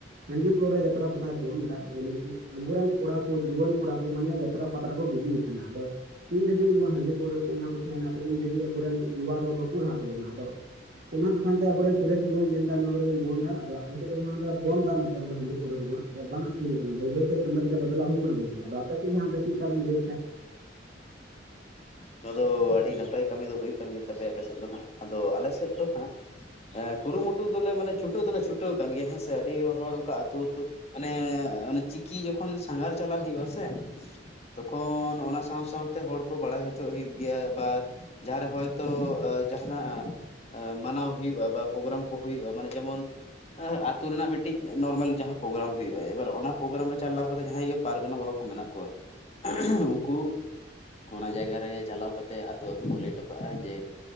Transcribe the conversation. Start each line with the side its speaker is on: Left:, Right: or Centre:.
Right: ᱦᱟᱺᱰᱤ, ᱯᱟᱹᱣᱨᱟᱹ ᱡᱟᱛᱨᱟ, ᱯᱟᱛᱟᱭ ᱵᱚᱱᱫᱟ ᱡᱟᱱᱤᱠᱤ ᱟᱵᱚᱨᱮᱱ ᱠᱚᱲᱟ ᱠᱚ ᱡᱩᱣᱟᱹᱱ ᱠᱚᱲᱟ ᱠᱚ ᱢᱟᱱᱮ ᱡᱟᱛᱨᱟ, ᱯᱟᱛᱟ ᱠᱚ ᱵᱤᱡᱤ ᱠᱟᱱᱟ ᱟᱫᱚ ᱛᱤᱱ ᱫᱷᱟᱹᱵᱤᱡ ᱱᱚᱣᱟ ᱦᱟᱺᱰᱤ, ᱯᱟᱹᱣᱨᱟᱹ ᱚᱱᱟ ᱠᱚ ᱛᱟᱦᱮᱱᱟ ᱛᱚ ᱤᱱ ᱫᱟᱹᱵᱤᱡ ᱟᱵᱚ ᱨᱮᱱ ᱞᱚᱣᱟ ᱫᱚ ᱵᱟᱠᱚ ᱞᱟᱦᱟᱜ ᱛᱟᱵᱚᱱᱟ ᱟᱫᱚ ᱚᱱᱟ ᱠᱷᱟᱱ ᱛᱮ ᱟᱵᱚᱨᱮᱱ ᱥᱩᱨᱮᱥ ᱢᱩᱨᱢᱩᱭ ᱢᱮᱱ ᱮᱫᱟ ᱱᱚᱣᱟ ᱠᱚᱫᱚ ᱵᱚᱱ ᱵᱚᱱᱫᱟ᱾ ᱟᱫᱚ ᱟᱞᱮ ᱥᱮᱫ ᱫᱚ ᱦᱟᱸᱜ ᱛᱟᱦᱞᱮ ᱵᱚᱱᱫᱟ ᱚᱱᱟᱛᱮ ᱟᱵᱚ ᱦᱟᱺᱰᱤ ᱯᱟᱹᱨᱣᱟᱹ ᱠᱚᱫᱚ ᱦᱟᱜ ᱵᱟᱝ ᱟᱠᱷᱨᱤᱧ ᱧᱚᱜ ᱠᱟᱱᱟ ᱠᱟᱱᱟ ᱵᱟᱹᱭ ᱵᱟᱹᱭᱛᱮ ᱥᱚᱢᱟᱡᱽ ᱨᱮ ᱵᱚᱫᱞᱟᱣ ᱦᱩᱭᱩᱜ ᱠᱟᱱᱟ ᱟᱫᱚ ᱟᱯᱮ ᱥᱮᱫ ᱜᱮ ᱦᱟᱜ ᱵᱮᱱ ᱞᱟᱹᱭ ᱞᱮᱠᱷᱟᱱᱡ? <unintelligible>
Left: ᱱᱚᱣᱟ ᱫᱚ ᱟᱹᱰᱤ ᱱᱟᱯᱟᱭ ᱠᱟᱹᱢᱤ ᱫᱚ ᱦᱩᱭᱩᱜ ᱠᱟᱱ ᱜᱮ ᱛᱟᱯᱮᱭᱟ ᱟᱯᱮ ᱥᱮᱫ ᱫᱚ ᱦᱟᱸᱜ ᱟᱫᱚ ᱟᱞᱮ ᱥᱮᱫ ᱫᱚ ᱦᱟᱸᱜ ᱠᱩᱨᱩ ᱢᱩᱴᱩ ᱫᱚᱞᱮ ᱢᱟᱱᱮ ᱪᱷᱩᱴᱟᱹᱣ ᱫᱚᱞᱮ ᱪᱷᱩᱴᱟᱹᱣ ᱠᱟᱱ ᱜᱮ ᱦᱮᱸ ᱥᱮ ᱟᱹᱰᱤ ᱦᱚᱲ ᱚᱱᱠᱟ ᱟᱹᱛᱩ ᱟᱹᱛᱩ ᱢᱟᱱᱮ ᱚᱱᱮ ᱪᱤᱠᱤ ᱡᱚᱠᱷᱚᱱ ᱥᱟᱸᱜᱷᱟᱨ ᱪᱟᱞᱟᱜ ᱦᱩᱭᱩᱜᱼᱟ ᱥᱮ ᱛᱚᱠᱷᱚᱱ ᱱᱚᱜ ᱱᱟ ᱥᱟᱶ ᱥᱟᱶ ᱛᱮ ᱦᱚᱲ ᱠᱚ ᱵᱟᱲᱟᱭ ᱦᱚᱪᱚ ᱦᱩᱭᱩᱜ ᱜᱮᱭᱟ ᱵᱟ ᱡᱟᱦᱟᱸ ᱨᱮ ᱦᱚᱭ ᱛᱚ ᱡᱟᱦᱟ ᱱᱟᱜ ᱢᱟᱱᱟᱣ ᱦᱩᱭᱩᱜᱼᱟ ᱵᱟ ᱯᱚᱜᱨᱟᱢ ᱠᱚ ᱦᱩᱭᱩᱜᱼᱟ ᱢᱟᱱᱮ ᱡᱮᱢᱚᱱ ᱟᱹᱛᱩ ᱨᱮᱱᱟᱜ ᱢᱤᱫᱴᱤᱡ ᱱᱚᱨᱢᱮᱞ ᱡᱟᱦᱟᱸ ᱯᱨᱳᱜᱨᱟᱢ ᱦᱩᱭᱩᱜᱼᱟ ᱮᱵᱟᱨ ᱚᱱᱟ ᱯᱨᱳᱜᱨᱟᱢ ᱨᱮ ᱪᱟᱞᱟᱣ ᱠᱟᱛᱮ ᱡᱟᱦᱟᱸᱭ ᱯᱟᱨᱜᱟᱱᱟ ᱵᱟᱵᱟ ᱠᱚ ᱢᱮᱱᱟᱜ ᱠᱚᱣᱟ᱾ ᱩᱱᱠᱩ ᱚᱱᱟ ᱡᱟᱭᱜᱟ ᱨᱮ ᱪᱟᱞᱟᱣ ᱠᱟᱛᱮ ᱟᱹᱛᱩ ᱟᱹᱛᱩ ᱠᱚ ᱞᱟᱹᱭ ᱦᱚᱴᱚ ᱠᱟᱜᱼᱟ ᱡᱮ